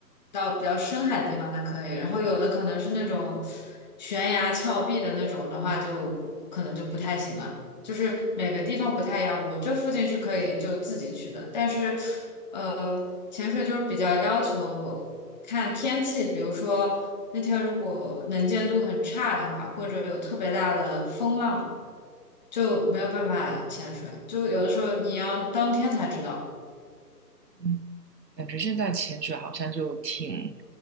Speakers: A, on the left; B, on the right.
A: 到比较深海的地方才可以，然后有的可能是那种悬崖峭壁的那种的话就，可能就不太行了。就是每个地方不太一样，我这附近是可以就自己去的，但是。呃。潜水就是比较要求看天气，比如说那天如果能见度很差的话，或者有特别大的风浪，就没有办法潜水。就有的时候你要当天才知道。
B: 嗯，感觉现在潜水好像就挺